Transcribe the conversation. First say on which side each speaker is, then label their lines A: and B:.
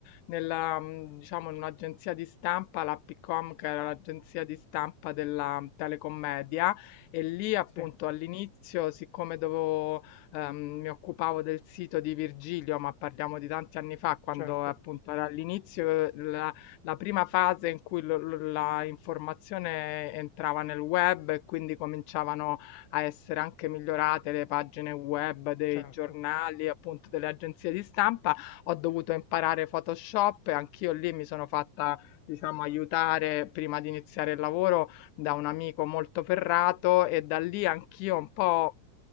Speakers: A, on the left; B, on the left.
A: nella, mm, diciamo, in un'agenzia di stampa, la Picom, che era l'agenzia di stampa della mhmm, Telecommedia, e lì appunto
B: Sì,
A: all'inizio, siccome dovevo, ehm, mi occupavo del sito di Virgilio, ma parliamo di tanti anni fa, quando
B: certo,
A: appunto era all'inizio eh, la, la prima fase in cui lo- lo- la informazione entrava nel web e quindi cominciavano a essere anche migliorate le pagine web dei
B: certo,
A: giornali, appunto delle agenzie di stampa, ho dovuto imparare Photoshop e anch'io lì mi sono fatta, diciamo, aiutare prima di iniziare il lavoro da un amico molto ferrato e da lì anch'io un po'